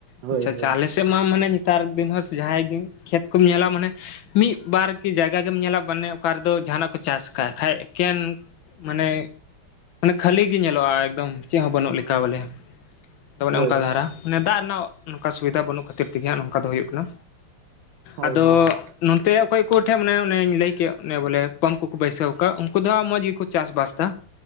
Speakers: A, on the right; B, on the left.
A: ᱦᱳᱭ
B: ᱦᱚᱸ ᱟᱪᱷᱟ ᱟᱪᱷᱟ
A: ᱦᱳᱭ
B: ᱟᱞᱮᱥᱮᱫ ᱢᱟ ᱢᱟᱱᱮ ᱱᱮᱛᱟᱨ ᱫᱤᱱ ᱦᱚᱸ ᱡᱟᱦᱟᱸᱭ ᱜᱮ ᱠᱷᱮᱛ᱾ ᱠᱚᱢ ᱧᱮᱞᱟ ᱢᱟᱱᱮ ᱢᱤ᱾ ᱵᱟᱨ ᱠᱤ ᱡᱟᱭᱜᱟ ᱜᱮᱢ ᱧᱮᱞᱟ ᱢᱟᱱᱮ ᱚᱠᱟ ᱨᱮᱫᱚ ᱡᱟᱦᱟᱱᱟᱜ ᱠᱚ ᱪᱟᱥ ᱟᱠᱟ ᱠᱷᱟᱭ ᱮᱠᱮᱱ᱾ ᱢᱟᱱᱮ ᱠᱷᱟᱹᱞᱤ ᱜᱮ ᱧᱮᱞᱚᱜᱼᱟ ᱮᱠᱫᱚᱢ ᱪᱮᱫ ᱦᱚᱸ ᱵᱟᱹᱱᱩᱜ ᱞᱮᱠᱟ ᱵᱚᱞᱮ᱾ <unintelligible>
A: ᱦᱳᱭ
B: ᱚᱱᱠᱟ ᱫᱷᱟᱨ ᱢᱟᱱᱮ ᱫᱟᱜ ᱨᱮᱱᱟᱜ ᱚᱱᱠᱟ ᱥᱩᱵᱤᱫᱷᱟ ᱵᱟᱹᱱᱩᱜ ᱠᱷᱟᱹᱛᱤᱨ ᱛᱮᱜᱮ ᱚᱱᱠᱟ ᱫᱚ ᱦᱩᱭᱩᱜ ᱠᱟᱱᱟ᱾
A: ᱦᱳᱭ
B: ᱟᱫᱚ᱾
A: ᱦᱳᱭ
B: ᱱᱚᱛᱮ ᱚᱠᱚᱭ ᱠᱚ ᱴᱷᱮᱱ ᱢᱟᱱᱮ ᱚᱱᱮᱧ ᱞᱟᱹᱭ ᱠᱮᱫ ᱚᱱᱮ ᱵᱚᱞᱮ ᱯᱟᱢᱯ ᱠᱚᱠᱚ ᱵᱟᱹᱭᱥᱟᱹᱣ ᱟᱠᱟᱫ ᱩᱱᱠᱩ ᱫᱚ ᱦᱟᱸᱜ ᱢᱚᱡᱽ ᱜᱮᱠᱚ ᱪᱟᱥᱵᱟᱥ ᱫᱟ᱾